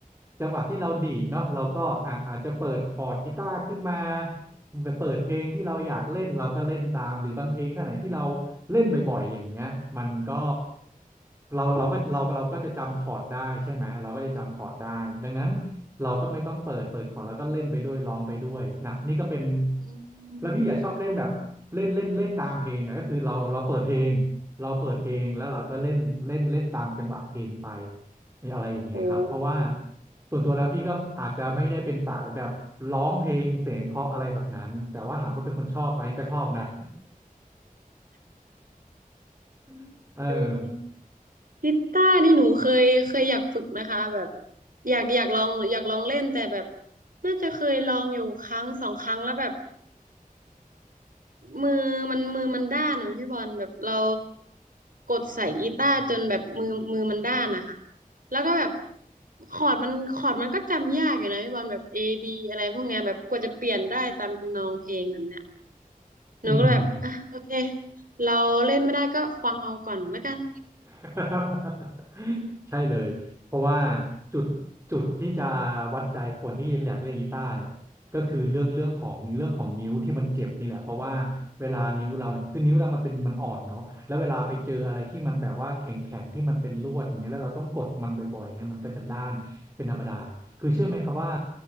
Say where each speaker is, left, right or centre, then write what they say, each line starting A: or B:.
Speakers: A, on the right (about 20°); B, on the right (about 70°).
A: จังหวะที่เราดีดเนาะเราก็อ่ะอาจจะเปิดคอร์ดกีตาร์ขึ้นมา ไปเปิดเพลงที่เราอยากเล่นเราก็เล่นตามหรือบางเพลงท่าไหนที่เราเล่นบ่อยๆอย่างเงี้ยมันก็เราเราก็เราเราก็จะจำคอร์ดได้ใช่ไหมเราก็จะจำคอร์ดได้ดังนั้นเราก็ไม่ต้องเปิดเปิดคอร์ดแล้วก็เล่นไปด้วยร้องไปด้วยนะนี่ก็เป็น
B: อื
A: แล้วพี่อยากชอบเล่นแบบเล่นเล่นเล่นตามเพลงอ่ะก็คือเราเราเปิดเพลง
B: ม
A: เราเปิดเพลงแล้วเราก็เล่นเล่นเล่นตามจังหวะเพลงไปีอะไรอย่างเงี้ยครับเพราะว่า
B: โห
A: ส่วนตัวแล้วพี่ก็อาจจะไม่ได้เป็นสายแบบร้องเพลงเสียงเพราะอะไรแบบนั้น แต่ว่าถามว่าเป็นคนชอบไหมก็ชอบนะ <laughs> เออ
B: เออกีตาร์นี่หนูเคยเคยอยากฝึกนะคะแบบอยากอยากลองอยากลองเล่นแต่แบบน่าจะเคยลองอยู่ครั้งสองครั้งแล้วแบบ มือมันมือมันด้านเหมือนพี่บอลแบบเรากดใส่กีตาร์จนแบบมือมือมันด้านนะคะแล้วก็แบบคอร์ดมันคอร์ดมันก็จำยากอยู่นะพี่บอลแบบ A B อะไรพวกเนี้ยแบบกว่าจะเปลี่ยนได้ตามทำนองเพลงแบบเนี้ยหนูก็แบบอ่ะโอเค
A: อืม
B: เราเล่นไม่ได้ก็ฟังเอาก่อนแล้วกัน
A: <laughs> ใช่เลยเพราะว่าจุดจุดที่จะวัดใจคนที่แหลกเล่นกีตาร์เนี่ยก็คือเรื่องเรื่องของเรื่องของนิ้วที่มันเจ็บนี่แหละเพราะว่าเวลานิ้วเราเนี่ยคือนิ้วเรามันเป็นมันอ่อนเนาะแล้วเวลาไปเจออะไรที่มันแบบว่าแข็งแข็งที่มันเป็นลวดอย่างเงี้ยแล้วเราต้องกดมันบ่อยๆเงี้ยมันก็จะด้านเป็นธรรมดาคือเชื่อไหมครับว่า